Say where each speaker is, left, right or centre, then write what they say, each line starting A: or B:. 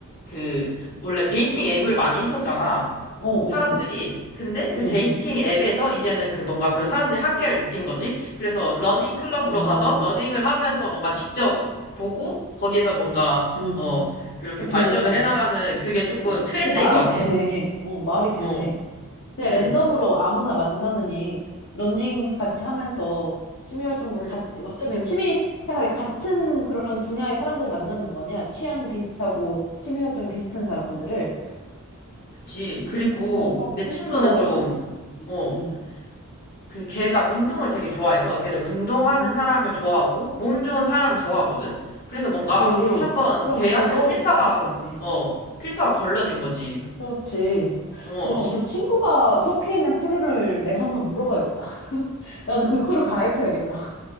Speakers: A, on the left (about 45°); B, on the left (about 60°).
A: 그 원래 데이팅 앱을 많이 했었잖아.
B: 어, 어,
A: 사람들이.
B: 어.
A: 근데 그
B: 응,
A: 데이팅
B: 응.
A: 앱에서 이제는 그 뭔가 그런 사람들이 한계를 느낀 거지. 그래서 러닝 클럽으로
B: 아,
A: 가서 러닝을 하면서 뭔가 직접 보고 거기서 뭔가
B: 응.
A: 어 그렇게 발전을
B: 그네.
A: 해나가는 그게 조금
B: 어.
A: 트렌드인
B: 그게 말이
A: 것 같아.
B: 되네. 어, 말이 되네.
A: 어,
B: 그냥
A: 음,
B: 랜덤으로 아무나 만나느니 러닝 같이 하면서 취미 활동도
A: 음.
B: 같이 어쨌든 취미 생활에 같은 그런 분야의 사람들을 만나는 거 아니야? 취향이 비슷하고 취미 활동이 비슷한 사람들을
A: 그치. 그리고
B: 어 그럼
A: 내 친구는
B: 훨씬 더
A: 좀,
B: 좋지.
A: 어,
B: 응.
A: 그 걔가 운동을 되게 좋아해서 걔는 운동하는
B: 음.
A: 사람을 좋아하고 몸 좋은 사람을 좋아하거든? 그래서 뭔가
B: 그치.
A: 좀 한번
B: 그럼
A: 걔한테는
B: 더더욱
A: 필터가,
B: 잘 맞겠네.
A: 어, 필터가 걸러진 거지.
B: 그렇지.
A: 어,
B: 뭐, 그 친구가 속해 있는 크루를 내가 한번 물어봐야겠다. <laughs> 나도 그 크루 가입해야겠다.